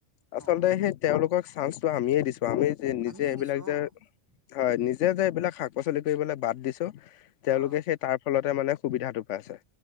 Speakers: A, on the left (about 80°); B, on the right (about 20°).
A: আচলতে
B: অ
A: সেই তেওঁলোকক চাঞ্চটো আমিয়ে দিছো আমি যে নিজে
B: আমিয়ে
A: এইবিলাক
B: দিছো
A: যে
B: অ
A: হয়
B: উম
A: নিজে যে এইবিলাক শাক পাচলি কৰিবলে বাদ দিছো তেওঁলোকে
B: অ
A: সেই তাৰ ফলতে মানে সুবিধাটো পাইছে।